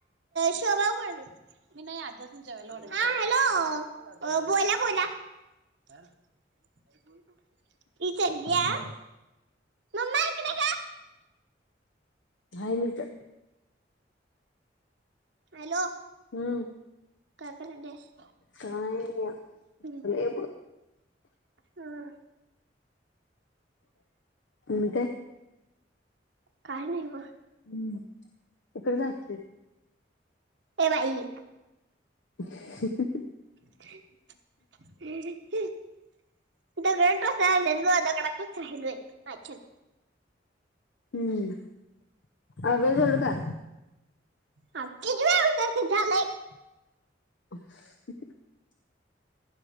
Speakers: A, on the right; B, on the left.
A: शोभा आऊ कड देतो मी नाही आजा ला जेवायला वाढणार. हा हॅलो अ बोला बोला. ति स घ्या
B: हम्म.
A: <unintelligible> मम्मा ईकड य
B: हाय मी तर.
A: हॅलो
B: हम्म.
A: काय कराल्यास?
B: काय नाही
A: हम
B: बसलोय बघ.
A: हा.
B: <inaudible> काय?
A: काय नाही बग.
B: हम्म इकडे जा की.
A: ये बाई.
B: <inaudible>
A: <inaudible> दगड टोचालागल्यात ग दगडातच राहिलोय मागाच्यान.
B: हम्म अभ्यास झाल का?
A: किती वेळा विचारतेस झालय.
B: <inaudible>